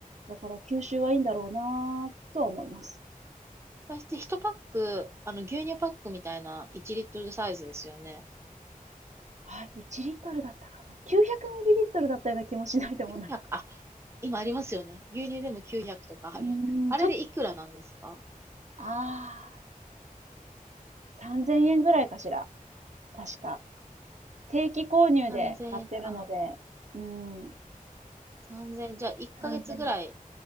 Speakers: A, on the right; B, on the right.
A: だから吸収はいいんだろうなぁとは思います。
B: そして1パック、あの、牛乳パックみたいな1リットルサイズですよね。
A: はい、1リットルだったかな。900ml だったような気もしないでもない。
B: 9 0あ、今ありますよね。牛乳でも900とかある。
A: うーん、
B: <laughs> あれでいくらなんですか
A: ちょっああー、3000円ぐらいかしら。確か。定期購入で買ってるので、
B: ?3000 円か。
A: うん、
B: 3 0じゃあ1ヶ月ぐらい、
A: 3000円。